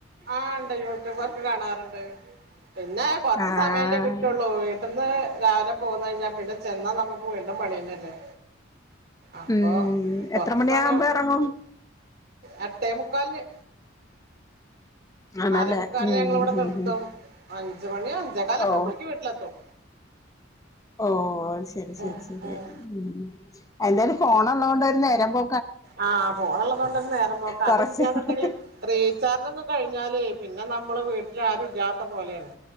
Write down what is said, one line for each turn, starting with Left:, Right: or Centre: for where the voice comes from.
Right: ആണ്ട് യൂട്യൂബൊക്കെ കാണാറുണ്ട്. പിന്നെ കൊറച്ച
Left: ആഹ്
Right: സമയല്ലേ കിട്ടുള്ളൂ വീട്ടന്ന് രാവിലെ പോകന്ന കഴിഞ്ഞാൽ പിന്നെ ചെന്നാ നമ്മുക്ക് വീണ്ടും പണിയന്നല്ലേ? അപ്പൊ
Left: ഉം
Right: കൊറച്ച്
Left: എത്ര മണിയാകുമ്പോ
Right: സമയം
Left: ഇറങ്ങും
Right: അ എട്ടെമുക്കാലി ന്
Left: ആണല്ലേ
Right: നാലേമുക്കാല
Left: ഉം
Right: ഞങ്ങിവിടെ
Left: ഉം
Right: നിർത്തും
Left: ഉം
Right: അഞ്ച്മണി അഞ്ചേ കാലൊക്കെമ്പളേക്ക്
Left: ഓ
Right: വീട്ടിലെത്തും.
Left: ഓ ശരി ശരി
Right: ഉം
Left: ശരി
Right: ഉം
Left: ഉ എന്തായാലും ഫോണള്ളത കൊണ്ട് നേരമ്പോ
Right: ആ ഫോൺ ഉള്ളത് കൊണ്ടന്നന്ന് നേരം പോക്കെ
Left: കൊറച്ച്
Right: അതിലന്നുണ്ടെങ്കില് റീചാർജ് ഒന്നും കഴി ഞ്ഞാല് പിന്നെ നമ്മള് വീട്ടില ആരുംഇല്ലാത്ത പോലെയാണ്